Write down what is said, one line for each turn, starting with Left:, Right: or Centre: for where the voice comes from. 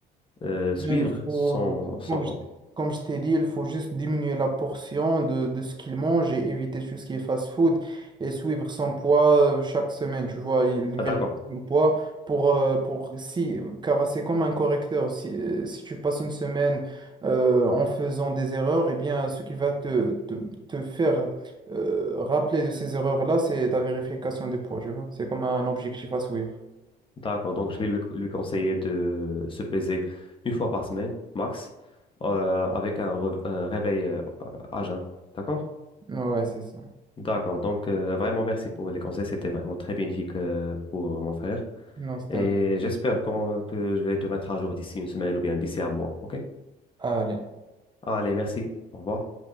Left: euh, suivre
Right: Il faut,
Left: son, son
Right: comme
Left: corps?
Right: je, comme je t'ai dit, il faut juste diminuer la portion de, de ce qu'il mange et éviter tout ce qui est fast-food et suivre son poids euh, chaque semaine. Tu vois, il
Left: Ah,
Right: vérifie
Left: d'accord.
Right: son poids pour, euh, pour si, car c'est comme un correcteur. Si, euh, si tu passes une semaine euh, en faisant des erreurs, eh bien, ce qui va te, te, te faire euh, rappeler de ces erreurs-là, c'est ta vérification des poids. Tu vois, c'est comme un objectif à suivre.
Left: D'accord, donc je vais lui, lui conseiller de se peser une fois par semaine, max, euh, avec un, re- un réveil euh, à jeun. D'accord?
Right: Ouais, c'est ça.
Left: D'accord, donc euh, vraiment merci pour les conseils, c'était vraiment très bénéfique euh, pour mon frère.
Right: Non, c'était
Left: Et
Right: un peu.
Left: j'espère qu'on- que je vais te mettre à jour d'ici une semaine ou bien d'ici un mois, ok?
Right: Allez.
Left: Allez, merci, au revoir.